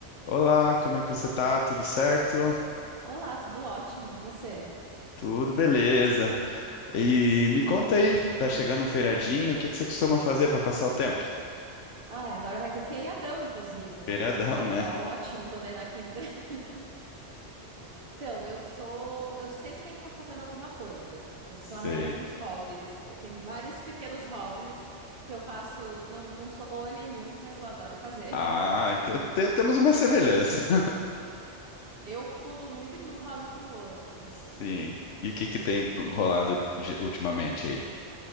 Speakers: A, on the left; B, on the right.
A: Olá, como é que você tá? Tudo certo?
B: Olá, tudo ótimo, e você?
A: Tudo beleza. E me conta aí, tá chegando um feriadinho, o que que você costuma fazer para passar o tempo?
B: Ah, agora vai ter feriadão, inclusive, né?
A: Feriadão, né?
B: É ótimo quando é na quinta. <laughs> Então, eu sou. Eu sempre tenho que estar fazendo alguma coisa. Eu
A: Sei.
B: sou a rainha dos hobbies. Eu tenho vários pequenos hobbies que eu faço. Não, não sou boa em nenhum, mas eu adoro fazer.
A: Ah,
B: <laughs>
A: então te- temos uma semelhança. <laughs>
B: Eu pulo muito de um hobby para o outro.
A: Sim. E o que que tem rolado de- ultimamente aí?